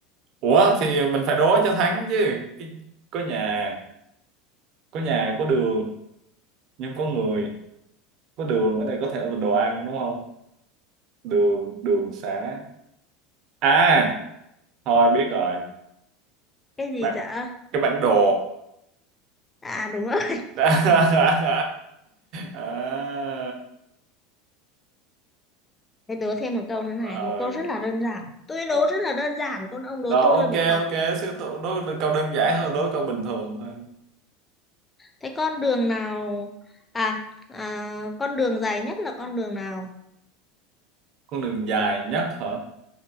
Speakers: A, on the right (about 55°); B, on the left (about 20°).
A: ủa thì mình phải đố cho thắng chứ Cái- có nhà có nhà có đường nhưng không có người có đường ở đây có thể là đồ ăn đúng không đường đường xá à thôi biết rồi
B: Cái gì
A: bạn
B: dạ?
A: cái bản đồ
B: À đúng rồi. <laughs>
A: <laughs> à,
B: Thế đố thêm một câu nữa này.
A: rồi,
B: Một câu rất là đơn giản. Tôi đố
A: rồi.
B: rất là đơn giản luôn. Ông đố
A: Rồi,
B: tôi
A: ok
B: hơi bị khó.
A: ok sẽ đố, đố câu đơn giản hơn đố câu bình thường thôi
B: Thế con đường nào... À, à con đường dài nhất là con đường nào?
A: con đường dài nhất hả